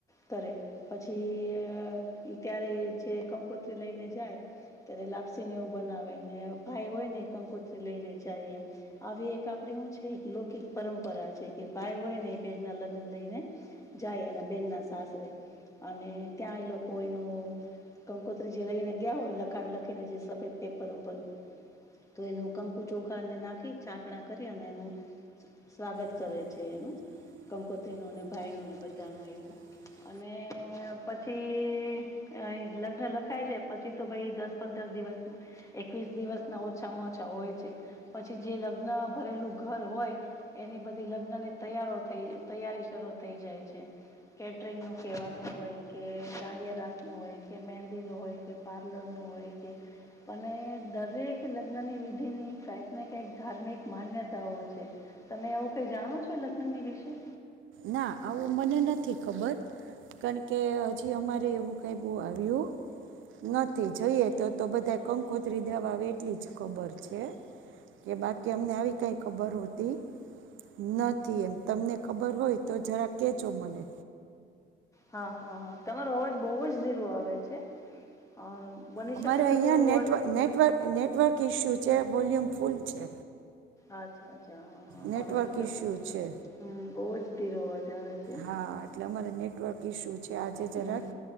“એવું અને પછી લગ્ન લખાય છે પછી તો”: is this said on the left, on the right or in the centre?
Left